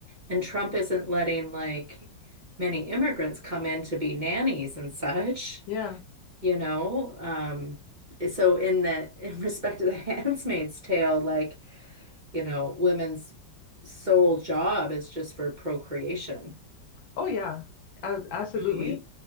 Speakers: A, on the right; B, on the left.
A: And Trump isn't letting like many immigrants come in to be nannies and such,
B: Yeah.
A: you know. Um, so in the in respect to the <laughs> Handmaid's Tale, like, you know, women's sole job is just for procreation.
B: Oh yeah. A- Absolutely.
A: Right.